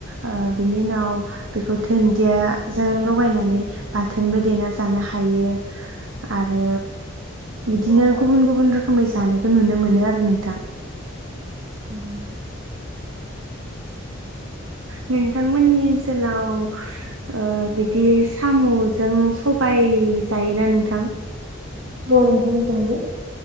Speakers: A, on the right; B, on the right.
A: ओ बिनि उनाव बेखौ दुनदिया जों लगायनानै बाथोनबो देना जानो हायो आरो बिदिनो गुबुन गुबुन रोखोमै जानायखौ नुनो मोनो आरो नोंथां
B: उम
A: नोंथांमोननि ओनसोलाव ओ बिदि सामजों सबाय जायोना नोंथां
B: नंगौ नोंथां जों बे